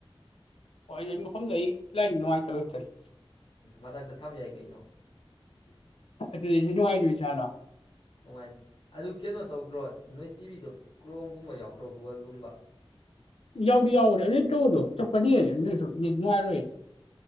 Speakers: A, on the left (about 80°); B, on the left (about 65°).
A: ꯍꯣꯏ ꯑꯩ ꯃꯐꯝꯗ ꯑꯩ ꯏ ꯂꯥꯏꯅ ꯅꯨꯡꯉꯥꯏꯇꯔꯠꯆꯔꯤ
B: ꯃꯊꯛꯇ ꯊꯝ ꯌꯥꯏ ꯀꯩꯅꯣ
A: ꯑ ꯅꯨꯡꯉꯥꯏꯁꯂꯣ
B: ꯅꯨꯡꯉꯥꯏꯅꯤ ꯑꯗꯨ ꯀꯩꯅꯣ ꯇꯧꯗ꯭ꯔꯣ ꯅꯣꯏ ꯇꯤꯚꯤꯗꯣ ꯀ꯭ꯔꯣꯡꯝꯒꯨꯝꯕ ꯌꯥꯎ ꯇ꯭ꯔꯣꯒꯨꯕꯜꯒꯨꯝꯕ
A: ꯌꯥꯎꯔꯤ ꯌꯥꯎꯔꯤ ꯑꯗꯨ ꯇꯧꯗꯣ ꯆꯠꯄꯅꯦ ꯅꯣꯏꯁꯨ ꯅꯨꯡꯉꯥꯏꯔꯣꯏ